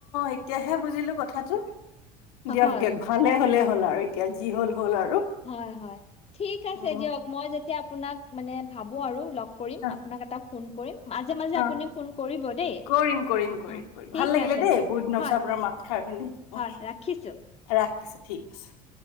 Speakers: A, on the left; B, on the left.
A: এতিয়াহে বুজিলো কথাটো দিয়ক
B: হয়,
A: দিয়ক ভালে হলে হ'ল আৰু এতিয়া যি হ'ল হ'ল আৰু
B: হয় হয় ঠিক আছে
A: উম
B: দিয়ক মই যেতিয়া আপোনাক মানে ভাবো আৰু কৰিম
A: আহ
B: আপোনাক এটা ফোন কৰিম মাজে মাজে আপুনি
A: আহ
B: ফোন কৰিব দেই।
A: কৰিম কৰিম কৰিম
B: অ',
A: কৰিম
B: ঠিক
A: ভাল লাগিলে
B: আছে।
A: দেই বহুত দিনৰচ
B: হয়,
A: আপোনাৰ মাতখাৰ শুনি
B: হয়,
A: আহ
B: ৰাখিছো। অ'।
A: ৰাখিছো ঠিক আছে